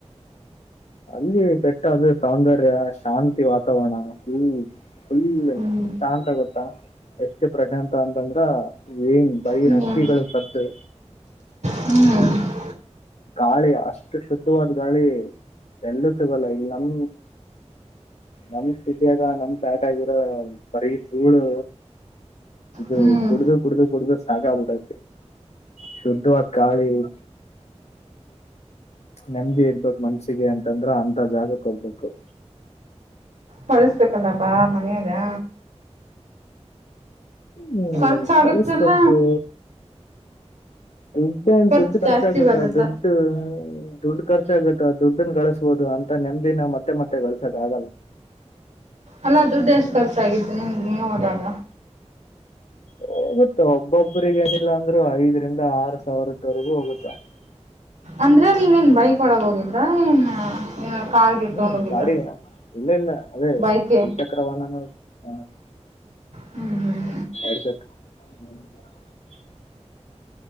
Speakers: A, on the left; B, on the right.
A: ಅಲ್ಲಿ ಬೆಟ್ಟದ ಸೌಂದರ್ಯ ಶಾಂತಿ ವಾತಾವರಣ ಹ್ಮ. ಫುಲ್
B: ಹ್ಮ್
A: ಶಾಂತ ಗೊತ್ತಾ ಎಷ್ಟು ಪ್ರಶಾಂತ ಅಂತಂದ್ರ ಏನ್ ಬರಿ
B: ಹ್ಮ್
A: ಹಕ್ಕಿಗಳು ಸದ್ದು.
B: ಹ್ಮ್
A: ಗಾಳಿ ಅಷ್ಟು ಶುದ್ಧವಾದ ಗಾಳಿ ಎಲ್ಲೂ ಸಿಗಲ್ಲ ಇಲ್ ನಮ್ ನಮ್ ಸಿಟಿಯಾಗ ನಮ್ ಪ್ಯಾಟಗಿರೋ ಬರಿ ಧೂಳು ಇದು
B: ಹ್ಮ್
A: ಕುಡ್ದು ಕುಡ್ದು ಕುಡ್ದು ಸಾಕ ಆಗ್ಬಿಟ್ಟತೆ. ಶುದ್ಧವಾಗ ಗಾಳಿ <unintelligible> ನೆಮ್ಮದಿ ಇರ್ಬೇಕ್ ಮನ್ಸಿಗೆ ಅಂತಂದ್ರ ಅಂತ ಜಾಗಕ್ಕೆ ಹೋಗ್ಬೇಕು.
B: ಕಳಸ್ಬೇಕಲ್ಲ ಪಾ ಮನೆಗಾ
A: <unintelligible>
B: ಖರ್ಚಾಗತ್ತಲ್ಲ
A: ಕಲ್ಸ್ಬೇಕು. <unintelligible>
B: ಖರ್ಚು
A: ದುಡ್ ಖರ್ಚ
B: ಜಾಸ್ತಿ
A: ಆಗುತ್ತ
B: ಬರುತ್ತ
A: ದುಡ್ದು. ದುಡ್ ಖರ್ಚ ಆಗುತ್ತ ದುಡ್ಡನ್ ಗಳಸ್ಬೋದು ಅಂತ ನೆಮ್ದಿನ ಮತ್ತೆ ಮತ್ತೆ ಗಲ್ಸಕ್ ಆಗಲ್ಲ.
B: ಅಲ್ಲ ದುಡ್ಡ ಎಷ್ಟ
A: ಹ್ಮ್
B: ಖರ್ಚಾಗಿದ್ದು ನಿಮ್ದು ನೀವ ಹೋದಾಗ.
A: ಹೋಗುತ್ತಾ ಒಬ್ಬೊಬ್ಬ್ರಗ ಏನಿಲ್ಲ ಅಂದ್ರು ಐದರಿಂದ ಆರು ಸಾವಿರದವರೆಗೂ ಹೋಗುತ್ತಾ. ಹ್ಮ
B: ಅಂದ್ರ ನೀವೇನ್ ಬೈಕೋಳಗ ಹೋಗಿದ್ರ ಏನ್ ಕಾರ್ ಗಿರ್
A: ಹ್ಮ್
B: ತಗೊಂಡ್ ಹೋಗಿದ್ರ
A: ಗಾಡಿ <unintelligible> ಇಲ್ಲ ಇಲ್ಲ ಅದೇ
B: ಬೈಕೆ
A: ದ್ವಿಚಕ್ರ ವಾಹನ <unintelligible>
B: ಹ್ಮ್ ಹ್ಮ್
A: <unintelligible>